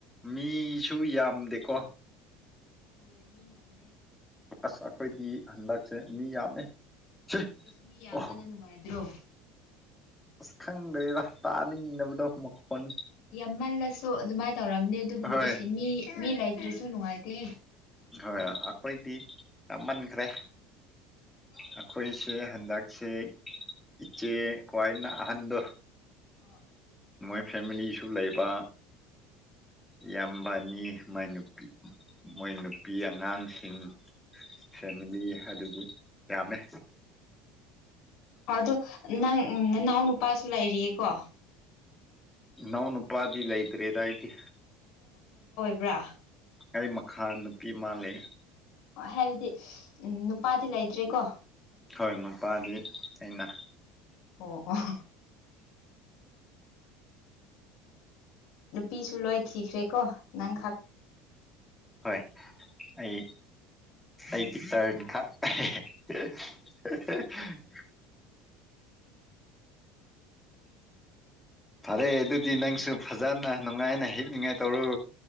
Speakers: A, in the centre; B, on the left.
A: ꯃꯤꯁꯨ ꯌꯥꯝꯗꯦꯀꯣ
B: ꯍꯣꯏ ꯃꯤ ꯌꯥꯗ
A: ꯑꯁ ꯑꯩꯈꯣꯏꯗꯤ ꯍꯟꯗꯛꯁꯦ ꯃꯤ ꯌꯥꯝꯃꯦ ꯁꯤ
B: ꯏꯁ ꯃꯤ ꯌꯥꯝꯕꯅ
A: ꯑꯣ
B: ꯅꯨꯡꯉꯥꯏꯗ꯭ꯔꯣ
A: ꯑꯁ ꯈꯪꯗ꯭ꯔꯦꯗ ꯇꯥꯅꯤꯡꯗꯕꯗꯣ ꯃꯈꯣꯟ
B: ꯌꯥꯝꯃꯜꯂꯁꯨ ꯑꯗꯨꯃꯥꯏꯅ ꯇꯧꯔꯝꯅꯦ ꯑꯗꯨꯕꯨ
A: ꯍꯣꯏ
B: ꯑꯩꯁꯦ ꯃꯤ ꯃꯤ ꯂꯩꯇ꯭ꯔꯔꯤꯁꯨ ꯁꯨ ꯅꯨꯡꯉꯥꯏꯇꯦ
A: ꯍꯣꯏ ꯑꯩꯈꯣꯏꯗꯤ ꯌꯥꯝꯃꯟꯈ꯭ꯔꯦ ꯑꯩꯈꯣꯏꯁꯦ ꯍꯟꯗꯛꯁꯦ ꯏꯆꯦ ꯀ꯭ꯋꯥꯏꯅ ꯑꯍꯟꯗꯣ
B: ꯑꯣ
A: ꯃꯣꯏ ꯐꯦꯃꯤꯂꯤꯁꯨ ꯂꯩꯕ ꯏꯌꯥꯝꯕꯅꯤ ꯃꯥꯏ ꯅꯨꯄꯤ ꯃꯣꯏ ꯅꯨꯄꯤ ꯑꯉꯥꯡꯁꯤꯡ ꯐꯦꯃꯤꯂꯤ ꯑꯗꯨꯒꯤ ꯌꯥꯝꯃꯦ
B: ꯑ ꯑꯗꯨ ꯅꯪ ꯅꯎꯅꯨ ꯄꯁꯨꯨꯂ ꯏꯔꯤꯑ ꯀ
A: ꯅꯧꯅ ꯎ of ꯄꯗ ꯂ ꯑꯩꯇꯔꯤ ꯑꯗꯨꯥꯏꯗꯤ
B: ꯕ꯭ꯔꯥ
A: ꯑꯩ ꯃꯈꯥ ꯅꯨꯄꯤ ꯃꯥꯜꯂꯤ
B: ꯑꯣ ꯍꯥꯏꯕꯗꯤ ꯎꯝ ꯅꯨꯄꯥ ꯗꯤ ꯂꯩꯇ꯭ꯔꯦꯀꯣ
A: ꯍꯣꯏ ꯅꯨꯄꯥꯗꯤ ꯑꯩꯅ
B: ꯑꯣ ꯑꯣ ꯅꯨꯄꯤꯁꯨ ꯂꯣꯏ ꯊꯤꯈ꯭ꯔꯦ ꯀꯣ ꯅꯪꯈꯥꯛ
A: ꯍꯣꯏ ꯑꯩ ꯑꯩꯒꯤ ꯇꯔꯟꯈꯥꯛ <unintelligible> ꯐꯔꯦ ꯑꯗꯨꯗꯤ ꯅꯪꯁꯨ ꯐꯖꯅ ꯅꯨꯡꯉꯥꯏꯅ ꯍꯤꯛꯅꯤꯡꯉꯥꯏ ꯇꯧꯔꯨ